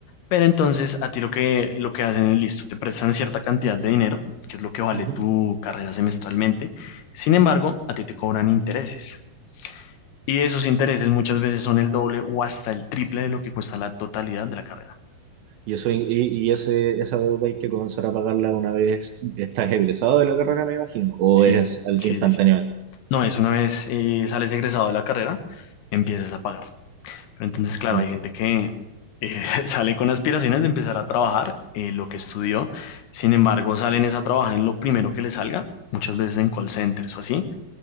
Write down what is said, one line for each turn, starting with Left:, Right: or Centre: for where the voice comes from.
Left: pero entonces a ti lo que, lo que hacen es listo, te prestan cierta cantidad de dinero, que es lo que vale
Right: Ujú.
Left: tu carrera semestralmente. Sin embargo, a ti te cobran intereses. Y esos intereses muchas veces son el doble o hasta el triple de lo que cuesta la totalidad de la carrera.
Right: Y, eso, y, y ese, esa deuda hay que comenzar a pagarla una vez estás egresado de la carrera, me imagino, o
Left: Sí,
Right: es al-
Left: sí,
Right: instantáneamente.
Left: sí, sí. No, es una vez eh, sales egresado de la carrera, empiezas a pagar. Pero entonces, claro,
Right: Ya,
Left: hay gente que eh, <laughs> sale con aspiraciones de empezar a trabajar eh, lo que estudió. Sin embargo, salen es a trabajar en lo primero que les salga, muchas veces en call centers o así,